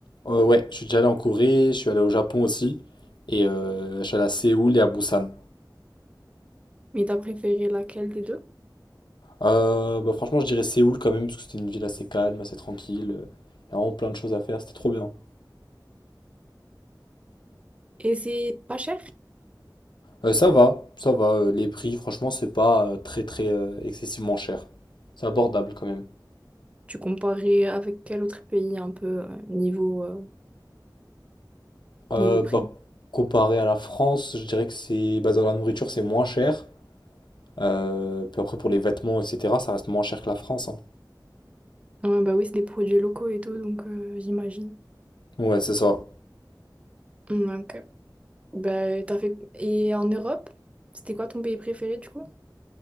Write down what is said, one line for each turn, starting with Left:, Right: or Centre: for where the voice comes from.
Left: Euh, ouais, je suis déjà allé en Corée, je suis allé au Japon aussi, et euh, je suis allé à Séoul et à Busan.
Right: Mais t'as préféré laquelle des deux?
Left: Euh, bah franchement, je dirais Séoul quand même, parce que c'était une ville assez calme, assez tranquille, euh, il y a vraiment plein de choses à faire, c'était trop bien.
Right: Et c'est pas cher?
Left: Euh, ça va, ça va, euh, les prix, franchement, c'est pas euh, très très euh, excessivement cher. C'est abordable quand même.
Right: Tu comparais avec quel autre pays un peu euh, niveau, euh,
Left: Euh,
Right: niveau prix?
Left: bah, comparé à la France, je dirais que c'est, bah, dans la nourriture, c'est moins cher. Euh, puis après, pour les vêtements, etc., ça reste moins cher que la France, hein.
Right: Ouais, bah oui, c'est des produits locaux et tout, donc euh, j'imagine.
Left: Ouais, c'est ça.
Right: Mm, Ok. Bah, t'as fait... Et en Europe, c'était quoi ton pays préféré du coup?